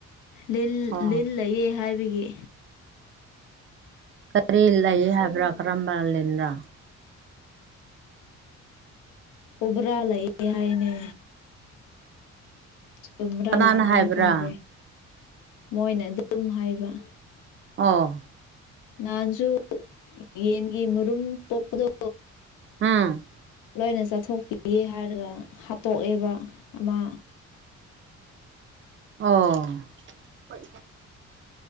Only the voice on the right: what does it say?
ꯑꯣ
ꯀꯔꯤ ꯂꯩ ꯍꯥꯏꯕ꯭ꯔꯥ ꯀꯔꯝꯕ ꯂꯤꯟꯅꯣ
ꯀꯅꯥꯅ
ꯍꯥꯏꯕ꯭ꯔꯥ
ꯑꯥ
ꯎꯝ
ꯑꯣ ꯍꯣꯏ